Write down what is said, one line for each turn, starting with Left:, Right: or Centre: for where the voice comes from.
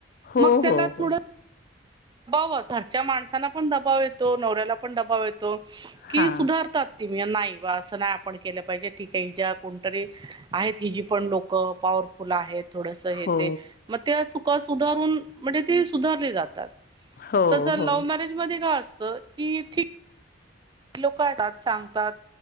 Left: हो
Right: मग त्यांना
Left: हो
Right: थोड
Left: हो
Right: बाव घरच्या माणसाला पण दबाव येतो नवऱ्याला पण दबाव येतो. कि
Left: हा
Right: सुधारतात ती नाही बा असं नाही पण केल पाहिजे ठीके ज्या कोणतरी आहेत हि जी पण लोक पॉवरफुल आहेत थोडस. ते
Left: हो
Right: मग त्या चुका सुधारून म्हणजे ते सुधारले जातात
Left: हो
Right: तस
Left: हो
Right: लव्ह मॅरेज मध्ये काय असत की ठी लोक एतात, सांगतात,